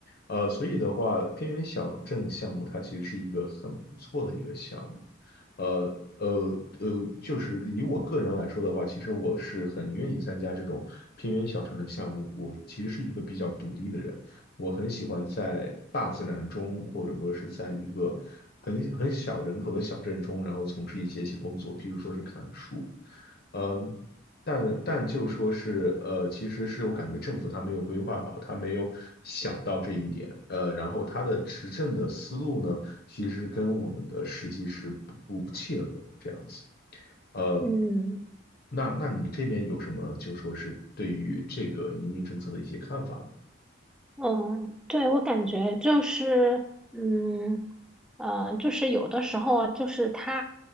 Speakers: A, on the left (about 55°); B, in the centre.
A: 呃，所以的话，偏远小镇项目它其实是一个很不错的一个项目。呃呃呃，就是以我个人来说的话，其实我是很愿意参加这种偏远小城的项目。我其实是一个比较独立的人，我很喜欢在大自然中，或者说是在一个很很小人口的小镇中，然后从事一些些工作，比如说是砍树。呃但但就说是，呃，其实是我感觉政府他没有规划好，他没有想到这一点，呃，然后他的执政的思路呢，其实跟我们的实际是不不不切合的这样子，呃，
B: 嗯。
A: 那那你这边有什么就说是对于这个移民政策的一些看法吗？
B: 嗯，对，我感觉就是，嗯，呃，就是有的时候，就是他